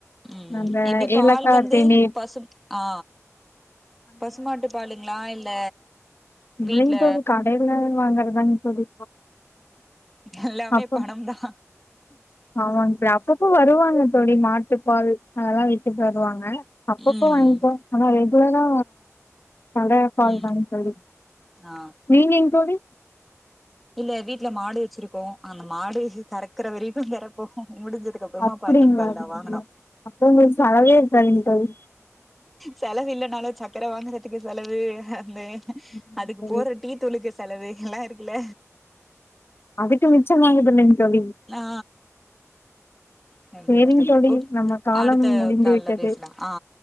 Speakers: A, in the centre; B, on the left.
A: ம்
B: அந்த
A: எப்டி பால்
B: ஏலக்கா
A: வந்து
B: தேநீர்
A: பசும் ஆ பசுமாட்டு பாலுங்களா இல்ல வீட்ல
B: ரிங்டோன் கடைல வாங்கரதாங் தோழி
A: எல்லாமே
B: அப்ப
A: பணம்தா
B: ஆமாங்க ச அப்பப்போ வருவாங்க தோழி மாட்டு பால் அதெல்லா விக் கது வருவாங்க அப்பப்போ
A: ம்
B: வாங்கிப்ப ஆனா ரெகுலரா கட பால்தாங்
A: ம்
B: தோழி
A: ஆ
B: நீங்கங் தோழி
A: இல்ல வீட்ல மாடு வச்சிருக்கோ அந்த மாடு கறக்குற வரைக்கு கறப்போ முடிஞ்சது க்கப்புறமா
B: அப்படிங்களா
A: பாக்கெட் பால்தா வாங்கனு
B: அப்ப உங்களுக்கு செலவே இருக்காதுங்க தோழி
A: செலவு இல்லனாலு சக்கர வாங்குறதுக்கு செலவு அந்தே
B: ஆமாங்க
A: அதுக்கு
B: தோழி
A: போற டீ துளுக்கு செலவு எல்லா இருக்குல
B: அதுக்கு மிச்சமாகுது இல்லங்க தோழி
A: நா கண்டிப்பா
B: சேரிங்க
A: தோழி ஓக்
B: நம்ம காலம்
A: அடுத்த
B: முடிந்து
A: கால்ல
B: விட்டது
A: பேசலா ஆ